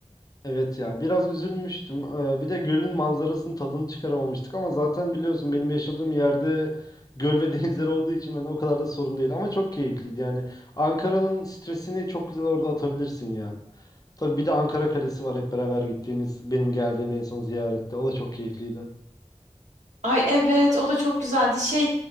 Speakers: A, on the left (about 30°); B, on the right (about 80°).
A: Evet ya biraz üzülmüştüm. Ee, bir de gölün manzarasının tadını çıkaramamıştık ama zaten biliyorsun benim yaşadığım yerde göl ve <laughs> denizler olduğu için hani o kadar da sorun değil ama çok keyifliydi yani. Ankara'nın stresini çok güzel orada atabilirsin ya. Tabii bir de Ankara Kalesi var hep beraber gittiğimiz benim geldiğim en son ziyarette. O da çok keyifliydi.
B: Ay evet o da çok güzeldi. Şey